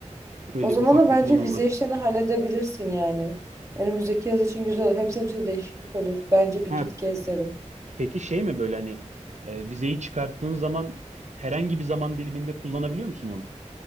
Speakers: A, on the right; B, on the right.
A: Öyle
B: O zaman
A: bir ufak
B: da
A: bir
B: bence
A: planım
B: vize
A: var.
B: işlerini halledebilirsin yani. Önümüzdeki yaz için güzel olur. Hem senin için de değişiklik olur. Bence
A: Ha,
B: bir git gez derim.
A: peki şey mi böyle hani e, vizeyi çıkarttığın zaman herhangi bir zaman diliminde kullanabiliyor musun onu?